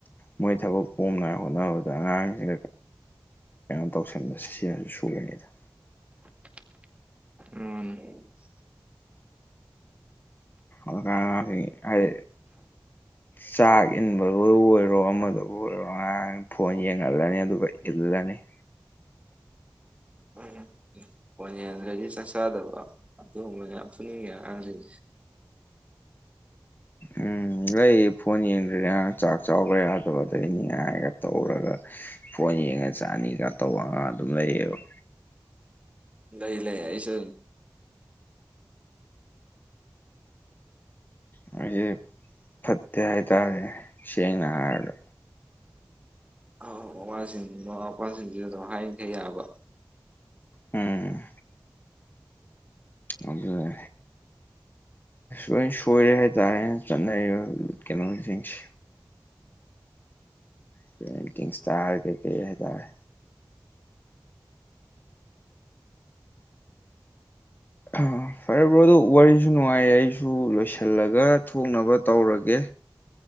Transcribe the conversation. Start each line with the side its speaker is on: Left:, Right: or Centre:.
Left: ꯃꯣꯏ ꯊꯕꯛ ꯄꯣꯝꯅꯉꯥꯏ ꯍꯣꯠꯅꯕꯗ ꯑꯉꯥꯡꯁꯤꯗ ꯀꯩꯅꯣ ꯇꯧꯁꯤꯟꯕ ꯁꯤ ꯁꯤꯌꯥꯁꯨ ꯁꯨꯒꯅꯤꯗ
Right: ꯑꯅꯦ
Left: ꯎ ꯀ ꯑꯦ ꯆꯥꯛ ꯏꯟꯕꯕꯨ ꯑꯣꯏꯔꯣ ꯑꯃꯗꯕꯨ ꯑꯣꯏꯔꯣ ꯑꯉꯥꯡ ꯐꯣꯟꯡ ꯑꯗꯅꯦ ꯑ ꯑꯗꯨꯩ ꯏꯗꯅꯦꯦ
Right: ꯍ ꯐꯅꯤ ꯑꯗꯒꯤ ꯆꯥꯛ ꯆꯥꯗꯕ ꯑꯗꯨꯒꯨꯝꯕ ꯌꯥꯝ ꯐꯨꯅꯤꯡꯉꯦ ꯑꯉꯥꯡꯁꯤꯡꯁꯦ
Left: ꯎꯝ ꯂꯩ ꯐꯣꯟ ꯌꯦꯡꯗ꯭ꯔꯅꯦ ꯆꯥꯛ ꯆꯥꯎꯈ꯭ꯔꯦ ꯌꯥꯗꯕꯗꯅꯤ ꯍꯥꯏꯒ ꯇꯧꯔꯒ ꯐꯣꯟ ꯌꯦꯡꯉ ꯆꯠꯑꯅꯤꯒ ꯇꯧꯔꯒ ꯑꯗꯨꯝ ꯂꯩꯌꯦꯕ
Right: ꯂꯏ ꯂꯩ ꯍꯥꯏꯏꯁꯨ
Left: ꯍꯧꯖꯤ ꯐꯠꯇꯦ ꯍꯥꯏꯇꯥꯔꯦ ꯁꯦꯡꯅ ꯍꯥꯏꯒ
Right: ꯑ ꯃꯃꯁꯤꯡ ꯃꯃꯥ ꯃꯄꯥꯁꯤꯡꯁꯤꯁꯨ ꯑꯗꯨꯝ ꯍꯥꯏꯡꯈꯩ ꯌꯥꯕ
Left: ꯎꯝ ꯑꯗꯨꯗ ꯂꯣꯏ ꯁꯣꯏꯔꯦ ꯍꯥꯏꯇꯥꯔꯦ ꯆꯠꯅꯔꯤꯕ ꯀꯩꯅꯣꯁꯤꯡꯁꯦ ꯄ ꯏꯁꯇꯥꯔ ꯀꯩꯀꯩ ꯍꯥꯏꯇꯥꯔ ꯑ ꯐꯔꯕ꯭ꯔꯣ ꯑꯗꯨ ꯋꯥꯔꯤꯁꯨ ꯅꯨꯡꯉꯥꯏꯌꯦ ꯑꯩꯁꯨ ꯂꯣꯏꯁꯤꯜꯂꯒ ꯊꯣꯛꯅꯕ ꯇꯧꯔꯒꯦ